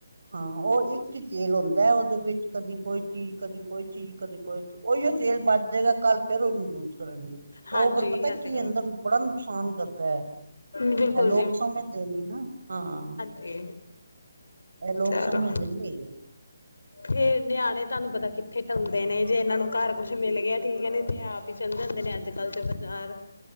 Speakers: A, on the right; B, on the left.
A: ਹਾਂ, ਉਹ ਇੱਕ ਈ ਤੇਲ ਹੁੰਦਾ, ਉਹਦੇ ਵਿੱਚ ਕਦੀ ਕੋਈ ਚੀਜ਼, ਕਦੀ ਕੋਈ ਚੀਜ਼। ਹੀ ਕਦੇ ਕੋਈ ਔਈਯੋ ਤੇਲ ਬਾਚ ਜੇਗਾ ਕੱਲ ਫੇਰ ਔਨੂੰ ਯੂਜ ਕਰਨਗੇ। ਉਹ
B: ਹਾਂਜੀ
A: ਫਿਰ ਪਤਾ
B: ਇਹ
A: ਕੀ
B: ਤੇ
A: ਅੰਦਰ, ਬੜਾ ਨੁਕਸਾਨ ਕਰਦਾ ਪੈ,
B: ਬਿਲਕੁਲ
A: ਇਹ ਲੋਕ ਸਮਝਦੇ ਨੀ ਨਾ ਹਾਂ।
B: ਤੇ
A: ਇਹ ਲੋਕ
B: ਚਲੋ
A: ਸਮਝਦੇ ਨੀ ਹੈਗੇ
B: ਫੇਰ ਨਿਆਣੇ ਤੁਹਾਨੂੰ ਪਤਾ ਕਿੱਥੇ ਟਲਦੇ ਨੇ ਜੇ ਇਹਨਾਂ ਨੂੰ ਘਰ ਕੁੱਛ ਮਿਲ ਗਿਆ ਠੀਕ ਹੈ, ਤੇ ਆਪ? ਚਲ ਜਾਂਦੇ ਨੇ ਅੱਜ ਕੱਲ ਤਾਂ ਬਾਜ਼ਾਰ।